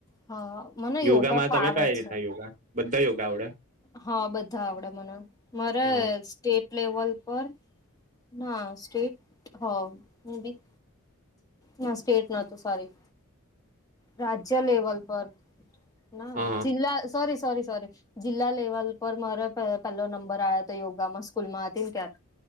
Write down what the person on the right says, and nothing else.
યોગામાં
તમે કઈ રીતના
યોગા? બધા યોગા આવડે?
હ
હ